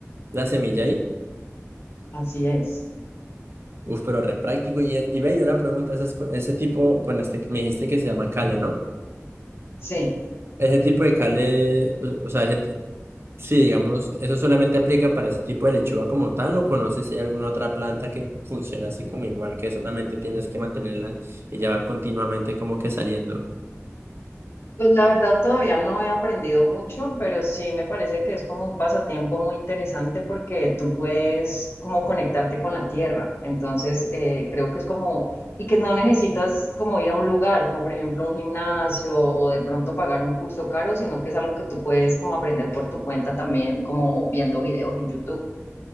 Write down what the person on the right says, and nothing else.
la semilla ahí.
Uf, pero re práctico. Y, y ve, y una pregunta, ese, ese tipo, bueno, este, que me dijiste que se llama cale, ¿no?
Ese tipo de cale, o o sea, ese, Sí, digamos, ¿eso solamente aplica para ese tipo de lechuga como tal o conoces si hay alguna otra planta que funciona así como igual, que solamente tienes que mantenerla y ya va continuamente como que saliendo?